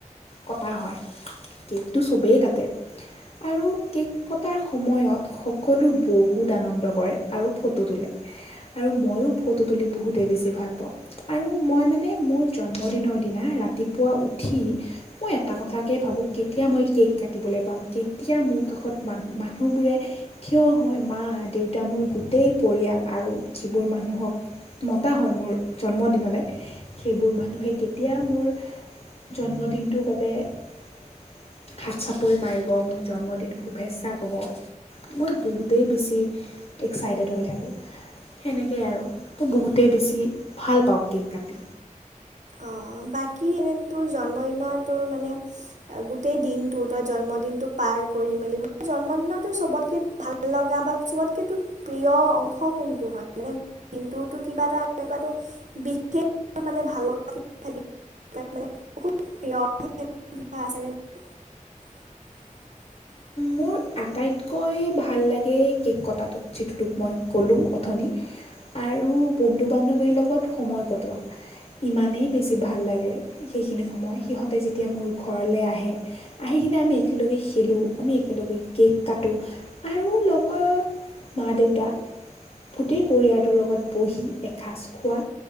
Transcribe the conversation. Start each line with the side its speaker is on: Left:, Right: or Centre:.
Left: কটা হয়। কেকটো চবেই কাটে আৰু কেক কটাৰ সময়ত সকলো বহুত আনন্দ কৰে আৰু ফটো তোলে। আৰু ময়ো ফটো তুলি বহুতেই বেছি ভাল <unintelligible> আৰু মই মানে মোৰ জন্মদিনৰ দিনা ৰাতিপুৱা উঠি মই এটা কথাকে ভাবোঁ কেতিয়া মই কেক কাটিবলৈ পাম কেতিয়া মোৰ কাষত মান মানুহবোৰে থিয় হয় মা দেউতা মোৰ গোটেই পৰিয়াল আৰু যিবোৰ মানুহক মতা হয় মোৰ জন্মদিনলে। সেইবোৰ মানুহে কেতিয়া মোৰ জন্মদিনটোৰ বাবে হাত চাপৰি মাৰিব মোক জন্মদিন শুভেচ্ছা ক'ব মই বহুতেই বেছি এক্সাইটেড হৈ থাকোঁ সেনেকেই আৰু মই বহুতেই বেছি। ভাল পাওঁ কেক কাটি।
Right: অ' বাকী এনে তোৰ জন্মদিনৰ তোৰ মানে গোটেই দিনটো তই জন্মদিনটো পাৰ কৰি মেলি মানে জন্মদিনৰতো চবতকে ভাল লগা বা চবতকে তোৰ প্ৰিয় অংশ কোনটো হয় মানে দটোো কিবা এটা এনেকুৱ বিশষ মানে ভাল। <unintelligible>
Left: মোৰ আটাইতকৈ ভাল লাগে কেক কটাটো যিটোটোক মই ক'লোঁ অথনি আৰু বন্ধু বান্ধৱীৰ লগত সময় কটোৱা ইমানেই বেছি ভাল লাগে সেইখিনি। সময় সিহঁতে যেতিয়া মোৰ ঘৰলৈ আহে, আহি কিনে আমি একেলগে খেলোঁ আমি একেলগে কেক কাটো আৰু লগত মা দেউতা গোটেই পৰিয়ালটোৰ লগত বহি এসাঁজ খোৱা